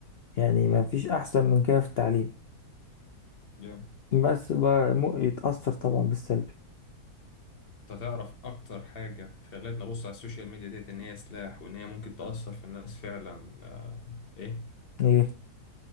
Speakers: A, on the left (about 60°); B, on the left (about 40°).
A: يعني
B: مم.
A: ما فيش أحسن من كده في التعليم
B: جامد
A: بس بقى مو- يتأثر طبعا بالسلبي
B: انت تعرف اكتر حاجة خلتني ابص على السوشيال ميديا ديت ان هي سلاح وان هي ممكن تأثر في الناس فعلا آه ايه
A: ايه